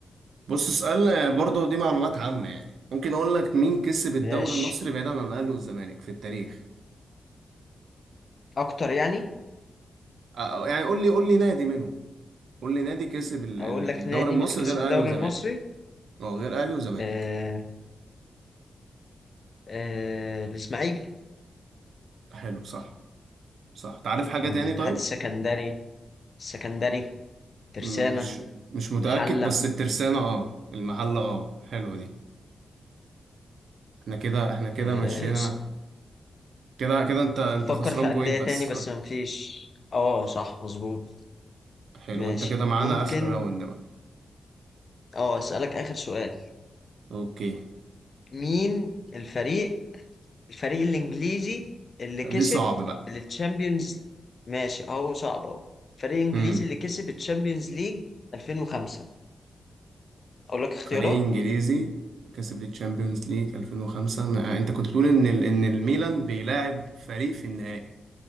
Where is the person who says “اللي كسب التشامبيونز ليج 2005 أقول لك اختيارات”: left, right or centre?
Left